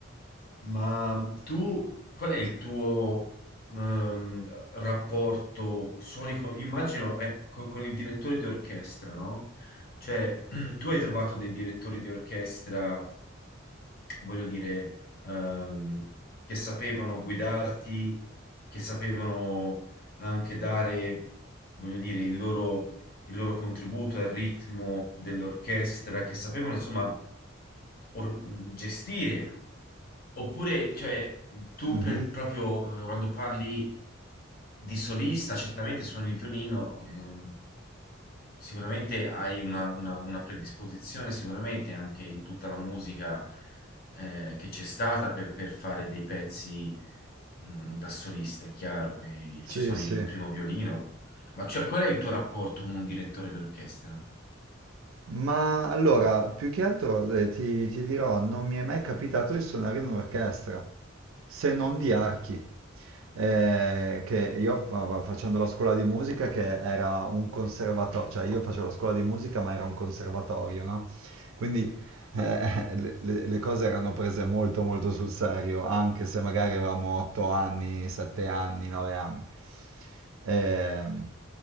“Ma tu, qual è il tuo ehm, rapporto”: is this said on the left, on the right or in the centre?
Left